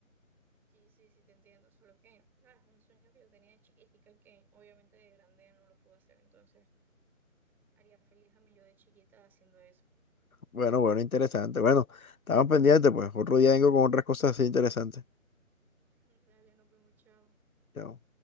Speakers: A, in the centre; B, on the left.
A: Sí, sí, sí, te entiendo, solo que, o sea, es un sueño que yo tenía de chiquitica que obviamente de grande no lo pude hacer, entonces haría feliz a mí yo de chiquita haciendo eso.
B: Bueno, bueno, interesante. Bueno, estamos pendientes, pues otro día vengo con otras cosas así interesantes.
A: <laughs> Dale, nos vemos, chao.
B: Chao.